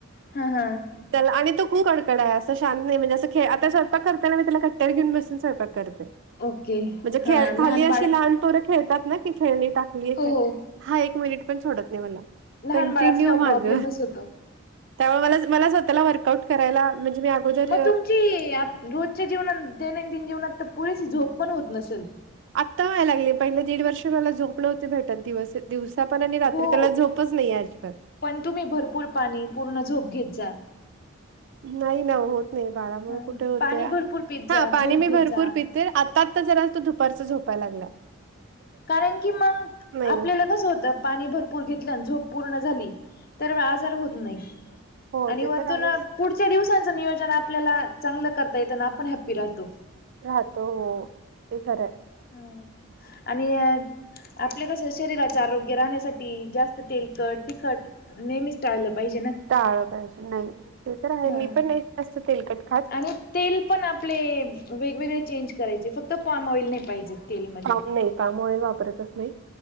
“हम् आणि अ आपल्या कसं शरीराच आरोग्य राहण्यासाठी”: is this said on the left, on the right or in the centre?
Left